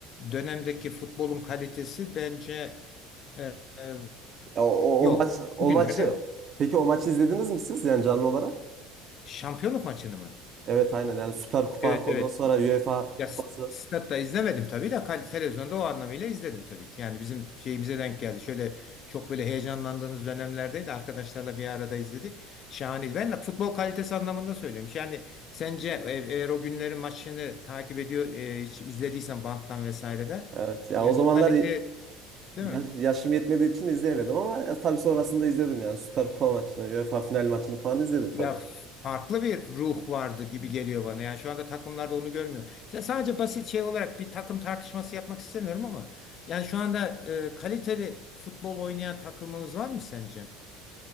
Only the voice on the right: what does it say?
Ya, o, o,
o maç o
maçı
peki o maçı izlediniz mi siz yani canlı olarak?
Evet aynen yani Süper Kupa
ondan
sonra UEFA
Kupası.
Evet ya
o zamanlar
yaş-
yaşım yetmediği için izleyemedim ama ya, tabii sonrasında izledim yani Süper Kupa maçını, UEFA final maçını falan izledim tabii
ki.